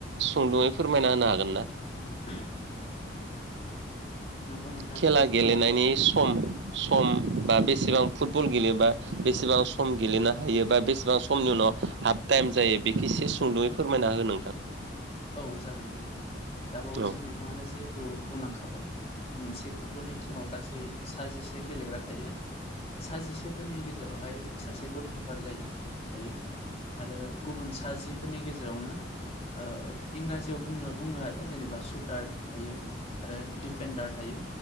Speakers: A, on the right; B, on the left.
A: सुंदुङै फोरमायना होनो हागोन ना?
B: <unintelligible> औ नंगौ नोंथां
A: खेला
B: नोंथाङा
A: गेलेनायनि सम सम बा बेसेबां फुटबल गेलेयोबा बेसेबां सम गेलेनो हायो बा बेसेबां समनि उनाव हाफ टाइम जायो बेखौ एसे सुंदुङै फोरमायना हो नोंथां
B: औ जागोन दे। दा बावैसो
A: औ
B: नोंथाङानो जिहेथु बुंलांखाबाय मोनसे फुटबलनि टिमाव गासै सा जिसे गेलेग्रा थायो। सा जिसेफोरनि गेजेरावहाय सासे गलकिपार जायो थायो। आरो गुबुन सा जिफोरनि गेजेरावनो ओ इंराजियाव बुंनो बुङो आरो जेनेबा सुटार थायो आरो डिफेन्डार थायो।